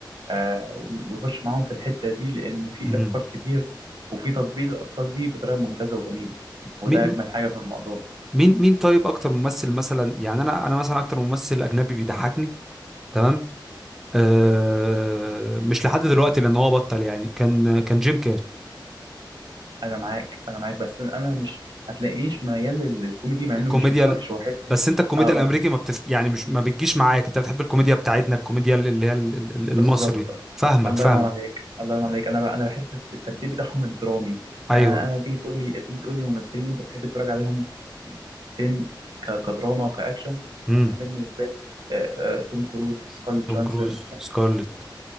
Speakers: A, on the right; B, in the centre.
A: آه، و- ويخش معاهم في الحته دي لان في
B: مم.
A: افكار كتير وفي تطبيق الافكار دي بطريقه ممتازه وجميله وده
B: مين
A: اجمل حاجه في الموضوع
B: مين مين طيب اكتر ممثل مثلا يعني انا انا مثلا اكتر ممثل اجنبي بيضحكني تمام آه مش لحد دلوقتي لان هو بطل يعني كان كان جيم كاري
A: انا معاك انا معاك بس انا مش هتلاقينيش ميال للكوميدي مع انه
B: الكوميديا
A: مش مش
B: ال-
A: وحش هو حلو
B: بس انت الكوميديا
A: اه بس
B: الامريكي ما بتف يعني مش ما بتجيش معاك انت بتحب الكوميديا بتاعتنا الكوميديا ال- اللي هي ال- ال- المصري
A: بالظبط
B: فاهمك
A: الله
B: فاهم
A: ينور عليك الله ينور عليك انا بقى انا بحب التمثيل بتاعهم الدرامي
B: ايوه
A: يعني انا أنا تيجي تقول لي تيجي تقول لي ممثلين انت بتحب تتفرج عليهم فين ك- كدراما وكاكشن
B: امم
A: انا بالنسبه لي آه، آه، توم كروز سكارليت جونسون
B: توم كروز سكارلت